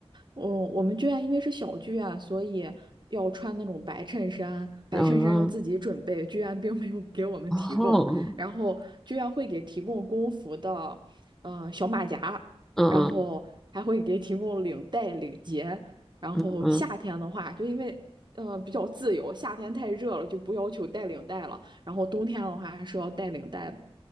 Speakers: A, on the right (about 45°); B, in the centre.
A: 嗯，我们剧院因为是小剧院，所以要穿那种白衬衫，
B: 然后
A: 白衬衫要自己准备，剧院并没有给我们提供。
B: 哦，
A: 然后剧院会给提供工服的，呃，小马甲，
B: 嗯嗯
A: 然后还会给提供领带、领结。然后夏天的话，
B: 嗯，
A: 就因为呃比较自由，夏天太热了就不要求带领带了，然后冬天的话还是要带领带的。